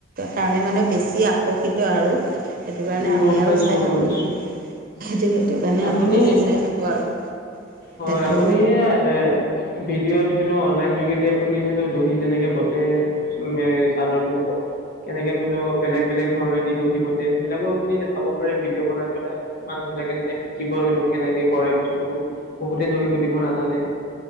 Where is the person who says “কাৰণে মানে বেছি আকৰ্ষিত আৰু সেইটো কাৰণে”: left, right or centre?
Right